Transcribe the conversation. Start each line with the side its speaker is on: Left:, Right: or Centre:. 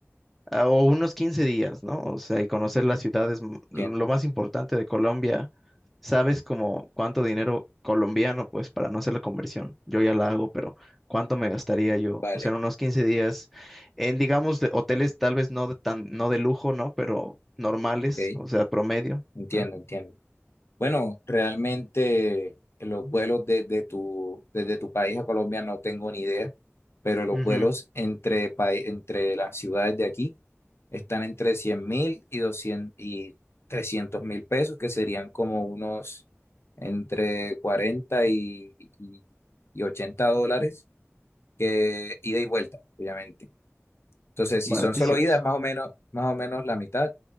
Centre: ah, o unos 15 días, ¿no? O sea, y conocer las ciudades, m- lo
Left: Entiendo.
Centre: más importante de Colombia. Sabes como cuánto dinero colombiano, pues para no hacer la conversión, yo ya la hago, pero cuánto me gastaría yo,
Left: Vale,
Centre: o sea, en unos 15 días en, digamos, de hoteles tal vez no de tan, no de lujo, ¿no? Pero normales,
Left: ok.
Centre: o sea, promedio.
Left: Entiendo,
Centre: Ajá.
Left: entiendo. Bueno, realmente los vuelos desde tu, desde tu país a Colombia no tengo ni idea, pero los
Centre: Ujú.
Left: vuelos entre, pai- entre las ciudades de aquí. Están entre cien mil y 200 y trescientos mil pesos, que serían como unos entre 40 y, y- y 80 dólares, que ida y vuelta, obviamente. Entonces, si
Centre: Baratísimos.
Left: son solo idas, más o menos, más o menos la mitad